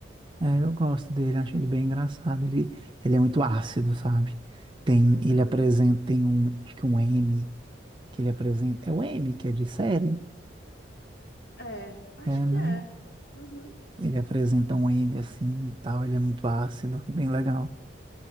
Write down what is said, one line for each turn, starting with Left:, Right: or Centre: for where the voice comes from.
Right: É, eu gosto dele, acho ele bem engraçado. Ele, ele é muito ácido, sabe? Tem,
Left: Uhum.
Right: ele apresenta, tem um, acho que um M que ele apresenta. É o M que é de série?
Left: É, acho
Right: É,
Left: que
Right: né?
Left: é. Uhum.
Right: Ele apresenta um M assim e tal, ele é muito ácido, é bem legal.